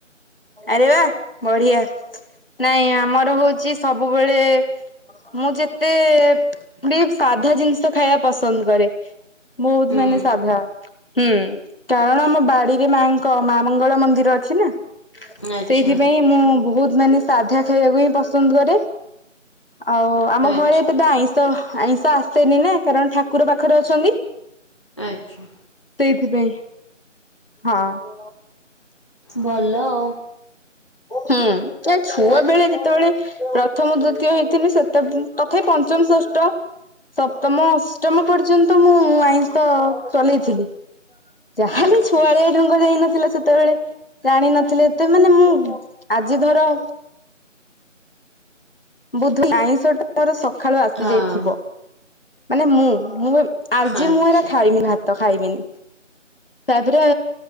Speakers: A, on the left; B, on the left.
A: ଆରେ ବା ବଢିଆ। ନାଇଁ ଆମର ହଉଛି ସବୁବେଳେ ମୁଁ ଯେତେ ବି ସାଧା ଜିନିଷ ଖାଇବା ପସନ୍ଦ କରେ। ବହୁତ
B: ହୁଁ
A: ମାନେ ସାଧା ହୁଁ କାରଣ ଆମ ବାଡିରେ ମାଂ ମା ମଙ୍ଗଳା ମନ୍ଦିର ଅଛି ନା
B: ଆଚ୍ଛା
A: ସେଇଥିପାଇଁ ମୁଁ ବହୁତ ମାନେ ସାଧା ଖାଇବାକୁ ହିଁ ପସନ୍ଦ କରେ ଆଉ ଆମ
B: ଆଚ୍ଛା
A: ଘରେ ଏତେଟା ଆଇଁ ତ ଆଇଁଷ ଆସେନି ନା କାରଣ ଠାକୁର ପାଖରେ ଅଛନ୍ତି।
B: ଆଛା
A: ସେଇଥିପାଇଁ ହଁ।
B: ଭଲ ଆଉ।
A: ହୁଁ ଏ ଛୁଆ
B: ଆ
A: ବେଳେ ଯେ ଯେତେବେଳେ ପ୍ରଥମ ଦ୍ଵିତୀୟ ହେଇଥିଲି ସେତେ ବେ ତଥାପି ପଞ୍ଚମ ଷଷ୍ଠ। ସପ୍ତମ ଅଷ୍ଟମ ପର୍ଯ୍ୟନ୍ତ ମୁଁ ଆଇଁଷ ଚଲେଇଥିଲି। ଯାହା ହେଲେ
B: ଆଚ୍ଛା
A: ଛୁଆଳିଆ ଢଙ୍ଗ ଯାଇ ନଥିଲା ସେତେବେଳେ। ଜାଣିନଥିଲେ ଏତେ ମାନେ ମୁଁ ଆଜି ଧର ବୁଧି ଆାଇଁଶଟାର ସକାଳୁ ଆସିଯାଇଥିବ
B: ହଁ
A: ମାନେ ମୁଁ ମୁଁ ଆଜି
B: ଆଚ୍ଛା
A: ମୁଁ ଏରା ଖାଇମି ଭାତ ତ ଖାଇବିନି ତାପରେ